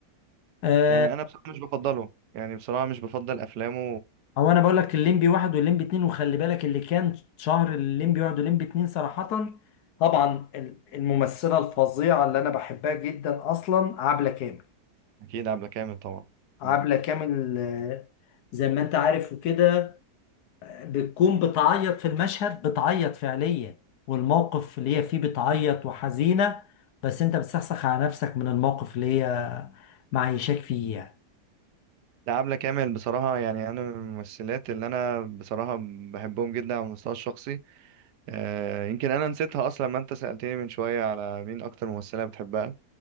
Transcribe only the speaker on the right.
يعني أنا بصراحة مش بفضله يعني بصراحة مش بفضل أفلامه
اكيد عبلة كامل طبعا
مم.
لا عبلة كامل بصراحة يعني انا من الممثلات اللي انا بصراحة بحبهم جدا على المستوى الشخصي آه يمكن انا نسيتها اصلا ما انت سألتني من شوية على مين اكتر ممثلة بتحبها